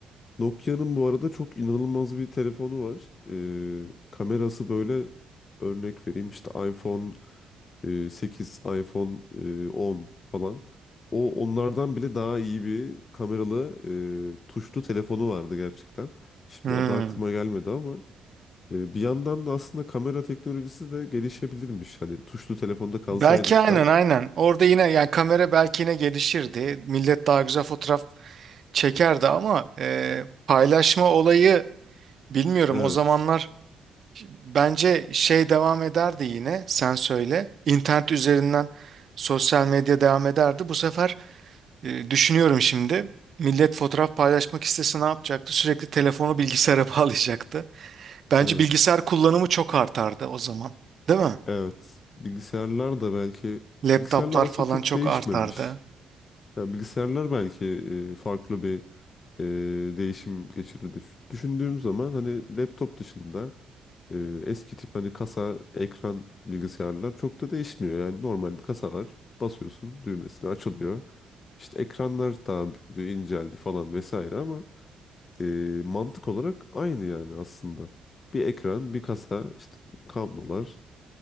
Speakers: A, on the left; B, on the right.
A: Nokia'nın bu arada çok inanılmaz bir telefonu var. Ee, kamerası böyle örnek vereyim işte iPhone e, 8, iPhone e, 10 falan. O onlardan bile daha iyi bir kameralı e, tuşlu telefonu vardı gerçekten. Şimdi
B: Hmm.
A: adı aklıma gelmedi ama e, bir yandan da aslında kamera teknolojisi de gelişebilirmiş. Hani tuşlu telefonda kalsaydık
B: Belki aynen
A: da.
B: aynen. Orada yine yani kamera belki yine gelişirdi. Millet daha güzel fotoğraf çekerdi ama e, paylaşma olayı bilmiyorum
A: Evet,
B: o zamanlar Bence şey devam ederdi yine sen söyle. İnternet üzerinden sosyal medya devam ederdi. Bu sefer e, düşünüyorum şimdi. Millet fotoğraf paylaşmak istese ne yapacaktı? Sürekli telefonu bilgisayara <laughs> bağlayacaktı. Bence
A: evet,
B: bilgisayar kullanımı çok artardı o zaman. Değil mi?
A: evet. Bilgisayarlar da belki
B: Laptoplar
A: bilgisayarlar aslında
B: falan
A: çok
B: çok
A: değişmemiş.
B: artardı.
A: Yani bilgisayarlar belki e, farklı bir e, değişim geçirirdi. Şu- Düşündüğüm zaman hani laptop dışında e, eski tip hani kasa, ekran bilgisayarlar çok da değişmiyor. Yani normal bir kasa var. Basıyorsun düğmesine açılıyor. İşte ekranlar daha büyüdü, inceldi falan vesaire ama e, mantık olarak aynı yani aslında. Bir ekran, bir kasa, işte kablolar,